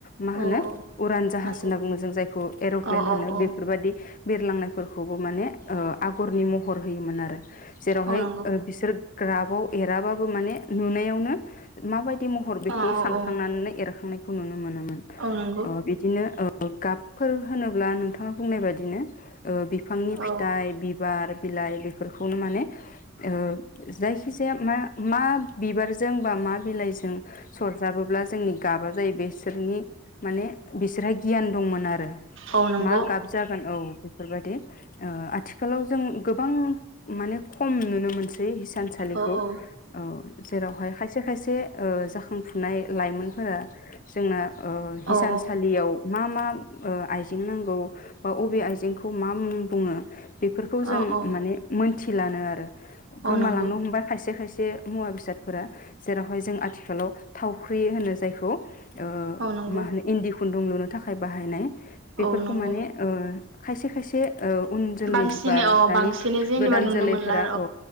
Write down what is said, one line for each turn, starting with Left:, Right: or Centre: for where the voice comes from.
Left: मा
Right: औ
Left: होनो उरान जाहाज
Right: नंगौ
Left: होनना बुङो जों जायखौ एर'प्लेन
Right: औ औ
Left: होनो
Right: औ
Left: बेफोरबादि बिरलांनायफोरखौबो माने ओ आगरनि महर होयोमोन आरो जेरावहाय
Right: औ नंगौ
Left: ओ बिसोर ग्राफआव एराबाबो माने नुनायावनो माबायदि महर बेखौ
Right: औ औ
Left: सानखांनानै
Right: औ
Left: एरखांनाय खौ नुनो मोनो मोन
Right: औ नंगौ
Left: ओ बिदिनो ओ गाबफोर होनोब्ला नोंथाङा बुंनाय बायदिनो ओ बिफांनि
Right: औ
Left: फिथाइ बि बार बिलाइ बेफोरखौनो माने ओ जायखि जाया मा मा बिबारजों बा मा बिलाइजों सरजाबोब्ला जोंनि गाबा जायो बिसोरनि माने बिसोरहा गियान दंमोन आरो
Right: औ नंगौ
Left: मा गाब जागोन औ बेफोरबायदि ओ आ थिखालाव जों गोबां माने खम नुनो मोनसै हिसानसालिखौ
Right: औ औ
Left: औ जेरावहाय खायसे खायसे ओ जाखांफुनाय लाइमोनफोरा जोंना ओ हिसानसालियाव
Right: औ
Left: मा मा ओ आइजें नांगौ बा बबे आइजेंखौ मा मुं बुङो बेफोरखौ जों
Right: औ औ
Left: माने मोन मिथिलानो आरो
Right: औ
Left: गोमालांनो
Right: नंगौ
Left: हमबाय खायसे खायसे बे मुवा बे सादफोरा जेरावहाय जों आथिखालाव थावख्रि होनो जायखौ ओ
Right: औ नंगौ
Left: मा होनो इनदि खुनदुं लुनो थाखाय बाहायनाय बेफोरखौ
Right: औ नंगौ
Left: माने ओ खायसे खायसे औ उन जोलै
Right: बांसिनै
Left: बा
Right: अ
Left: दानि
Right: बांसिनै जेनेबा
Left: गोदान
Right: नुनो
Left: जोलैफोरा
Right: मोनला
Left: औ